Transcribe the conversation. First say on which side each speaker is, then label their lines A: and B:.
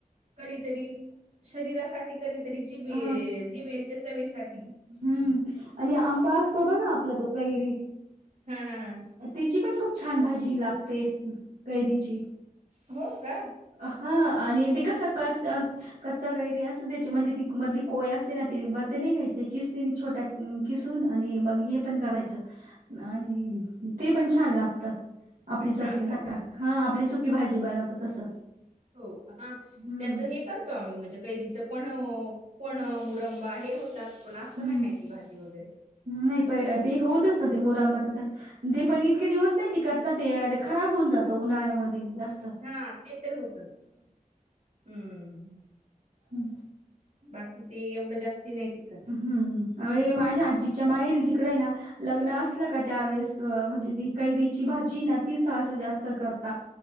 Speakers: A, on the right (about 55°); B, on the right (about 70°).
A: कधीतरी शरीरासाठी कधीतरी जिबे
B: ह
A: जिबेच्या चवेसाठी
B: हम्म आणि आंबा असतो. बघा आपला तो कैरी
A: हा हम ह
B: त्याची पण खूप छान भाजी लागते कैरीची
A: हो का?
B: हा आणि ते कसं काच. कच्चा कैरी असते त्याची मधली ती मधली कोय असते. ना तिने भरते नाही घ्यायचे किस्तीने छोट्या किसून आणि मग हे पण करायचं आणि ते पण छान लागतं आपली चटणी
A: हा का
B: हा आपली सुकी भाजी बनवत तसं.
A: हो का हा
B: हम्म
A: त्याचं हे करतो. आम्ही म्हणजे कैरीच पण पन्ह, मुरंबा हे होतात. पण असं
B: हम्म
A: नाही माहिती भाजी वगैरे
B: नाही प ती होतंच ना ते मुरांबाात ते पण इतके दिवस नाही टिकत ना ते खराब होऊन जातं उन्हाळ्यामध्ये जास्त
A: हा ते तर होतंच हम्म
B: हम्म
A: बाकी ते एवढं जास्ती नाही. टिकत
B: हम्म आणि माझ्या
A: हम्म
B: आजी च्या माहेरी तिकड आहे ना, लग्न असलं का त्यावेेळेस म्हणजे ती कैरीची भाजी ती जास्त करता